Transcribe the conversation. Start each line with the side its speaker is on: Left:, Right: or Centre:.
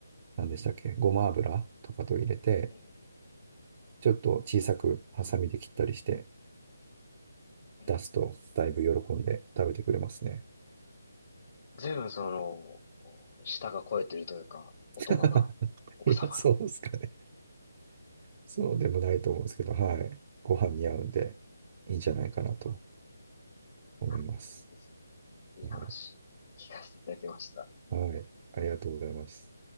Right: 何でしたっけ、ごま油とかと入れて、
Left: え、
Right: ちょっと小さくハサミで切ったりして
Left: え、
Right: 出すと、だいぶ喜んで食べてくれますね。
Left: ずいぶ分その、舌が肥えてるというか、大人なお子様の。
Right: <laughs> いや、そうですかね。そうでもないと思うんですけど、はい。ご飯に合うんで、いいんじゃないかなと思います。
Left: あいいですね。いい話、
Right: はい。
Left: 聞かせていただきました。
Right: はいありがとうございます。